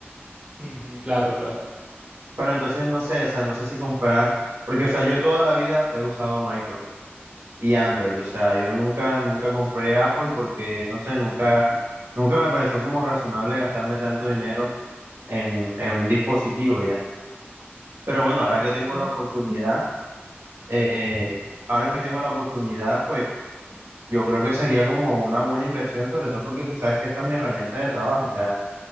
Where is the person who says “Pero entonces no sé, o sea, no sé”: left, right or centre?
Right